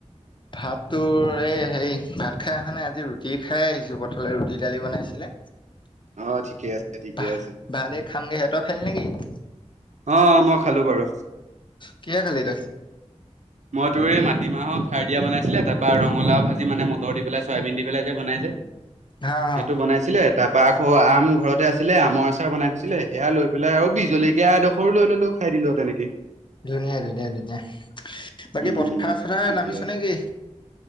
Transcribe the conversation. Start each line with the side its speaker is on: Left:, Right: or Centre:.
Left: ভাত তোৰ এই হে ভাত খাই অহা নাই আজি ৰুটি খাই আহিছো পথাৰলৈ ৰুটি দালি বনাইছিলে
Right: অ ঠিকে আছে ঠিকে
Left: ভ
Right: আছে
Left: ভালেই খামগে তই খালি নেকি?
Right: অ', মই খালো বাৰু।
Left: কিহে খালি তই
Right: মই তোৰ এই মাটিমাহৰ খাৰ দিয়া বনাইছিলে তাৰপা ৰঙালাও ভাজি মানে মটৰ দি পেলাই চয়াবিন দি পেলাই যে বনাই যে সেইটো
Left: হা হা
Right: বনাইছিলে তাৰপা আকৌ আম ঘৰতে আছিলে আমৰ আচাৰ বনাই থৈছিলে সেয়া লৈ পেলাই আৰু বিহজলকীয়া এডোখৰো লৈ ললো খাই দিলো আ তেনেকে।
Left: ধুনীয়া ধুনীয়া ধুনীয়া বাকী,
Right: উম
Left: পথাৰ
Right: উম
Left: চথাৰ
Right: ঠিকে
Left: নামিছ
Right: আছে
Left: নে কি?